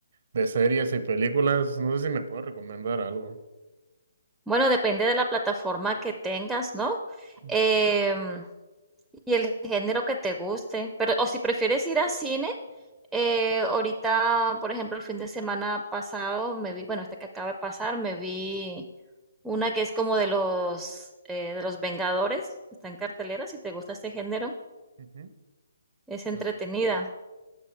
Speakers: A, on the right; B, in the centre.
A: de series y películas. No sé si me puedes recomendar algo.
B: Bueno, depende de la plataforma que tengas, ¿no?
A: Mm,
B: Em, y el género que te guste. Pero, o si prefieres ir a cine, eh, ahorita, por ejemplo, el fin de semana pasado me vi, bueno, este que acaba de pasar, me vi una que es como de los eh, de los Vengadores, está en cartelera, si te gusta este género,
A: Ujú.
B: es entretenida.
A: De,